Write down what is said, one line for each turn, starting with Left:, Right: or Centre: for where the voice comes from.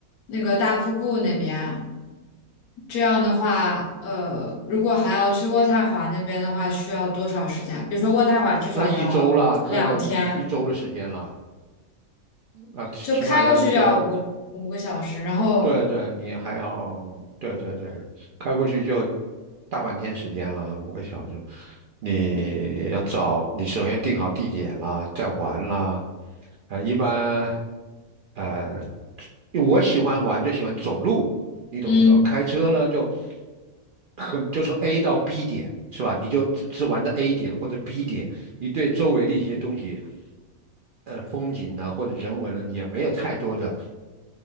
Left: 那个大瀑布那边，这样的话，呃，如果还要去渥太华那边的话，需要多少时间？比如说渥太华至少要两天，
Right: 那一周啦，那要一一周的时间啦，那起起码要一周，
Left: 就开过去就要五五个小时，然后
Right: 对对，你还要对对对，开过去就大半天时间了，五个小时。你要找，你首先定好地点啦，再玩啦。啊、一般，呃，因为我喜欢玩就喜欢走路，你懂意思吧？
Left: 嗯。
Right: 开车呢就很就从 A 到 B 点是吧？你就只只玩的 A 点或者 B 点，你对周围的一些东西。呃风景呢，或者人文呢，也没有太多的